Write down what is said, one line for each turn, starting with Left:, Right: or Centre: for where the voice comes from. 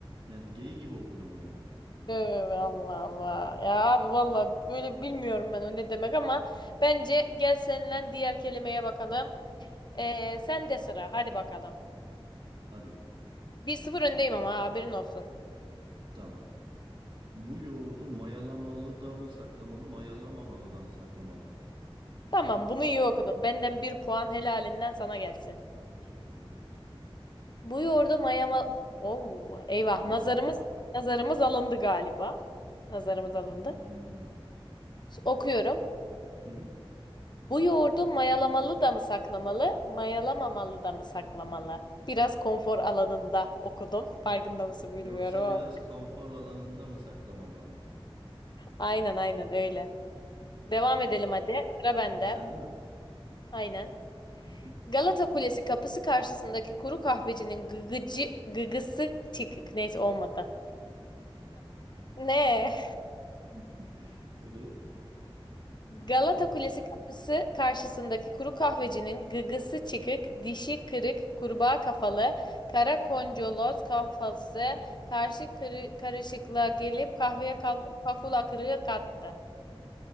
Right: Yani gay gibi okudum yani.
Left: Evet, Allah Allah. Ya abi valla böyle bilmiyorum ben o ne demek ama bence gel seninle diğer kelimeye bakalım. Ee, sen de sıra hadi bakalım.
Right: Hadi
Left: bir sıfır öndeyim ama ha, haberin olsun.
Right: tamam. Bu yoğurdu mayalamalı da mı saklamalı, mayalamamalı da mı saklamalı?
Left: Tamam bunu
Right: Çok,
Left: iyi okudun. Benden bir puan helalinden sana gelsin.
Right: çok iyiydi bence de.
Left: Bu yoğurdu mayama... Oo, eyvah
Right: Ya.
Left: nazarımız nazarımız alındı galiba. Nazarımız alındı.
Right: hmm.
Left: Okuyorum.
Right: Hı hı.
Left: Bu yoğurdu mayalamalı da mı saklamalı, mayalamamalı da mı saklamalı? Biraz konfor alanında okudum. Farkında mısın bilmiyorum
Right: Yoksa
Left: ama.
Right: biraz konfor alanında mı saklamamalı?
Left: Aynen aynen öyle. Devam
Right: Şimdi
Left: edelim
Right: sıra,
Left: hadi. Sıra bende.
Right: sıra sende mi?
Left: Aynen.
Right: Hı hı.
Left: Galata Kulesi kapısı karşısındaki kuru kahvecinin gıgıcı, gıgısı çıkık. Neyse olmadı. Ne?
Right: <laughs> Evet.
Left: Galata
Right: Bir daha.
Left: Kulesi kapısı karşısındaki kuru kahvecinin gıgısı çıkık, dişi kırık, kurbağa kafalı, kara koncoloz kafası karşı kırı- karışıklığa gelip kahveye kaf kafula kırığı kattı.